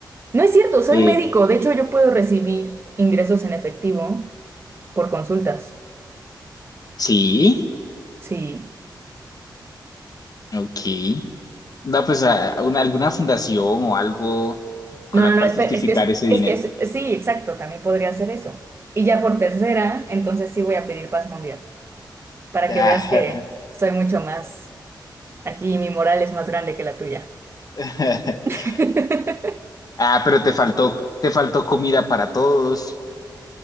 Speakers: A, on the right; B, on the left.
A: No es cierto, soy
B: Eh,
A: médico. De hecho, yo puedo recibir ingresos en efectivo por consultas.
B: sí,
A: Sí.
B: ok. no pues a a una- alguna fundación o algo con
A: No,
B: la
A: no, no,
B: cual
A: espera,
B: justificar
A: es que es,
B: ese dinero.
A: es que es, sí, exacto, también podría hacer eso. Y ya por tercera, entonces sí voy a pedir paz mundial, para
B: Ah,
A: que veas que soy mucho más aquí, y mi moral es más grande que la tuya.
B: <laughs>
A: <laughs>
B: ah, pero te faltó, te faltó comida para todos,